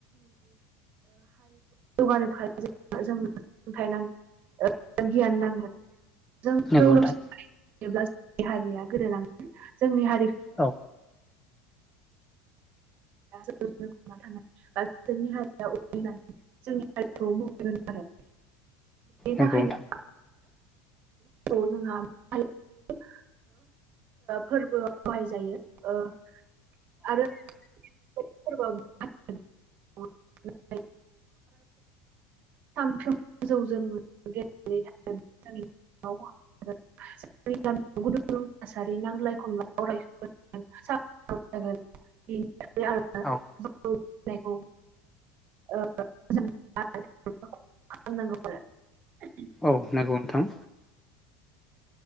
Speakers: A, on the right; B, in the centre.
A: जौगानो थानाय जोंनो सोलोंथाइ नांगोन गियान नांगौ जों
B: नंगौ
A: जौ
B: नोंथां
A: लोंसोनानै थायोब्ला जोंनि हारिया गोदोलांगोन जोंनि हारि
B: औ
A: थानाय बा बिसोरनि हारिया उन जानानै जोंनि हारिखौ मोहेर गोन आरो। <inaudible> थाखायनो
B: नंगौ नोंथां
A: जोंहा <unintelligible> फोरबो <unintelligible> बाहायजायो ओ <unintelligible> आरो <unintelligible> <inaudible> सानफ्रोम गो जौ जों गेलेनो <unintelligible> थाखाय ज <unintelligible> <unintelligible> गुदुं थासारि नांज्लाय खमलायराय <unintelligible> बिनि <unintelligible>
B: औ
A: बांनायखौ <unintelligible> ओ <unintelligible> <unintelligible> फाहामनांगौ आरो
B: औ नंगौ नोंथां।